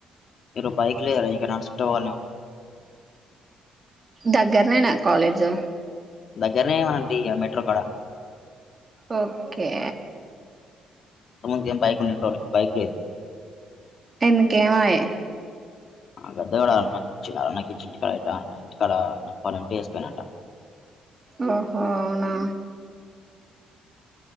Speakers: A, on the left; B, on the right.
A: ఏరు బైక్లే ఇక నడుచుకుంటూ పోవాలెం
B: దగ్గరనేనా కాలేజ్
A: దగ్గరనేమనండి ఇ మెట్రో కాడ
B: ఓకే
A: స ఏం బైక్ రావాలి బైక్ లెదు
B: ఎందుకే మయే
A: గద్ద కూడా అకిచ్చ అన్నకిచ్చ ఇంటికాడ ఇంటికాడ అంట వేసిపోయినంట
B: ఓహో అవున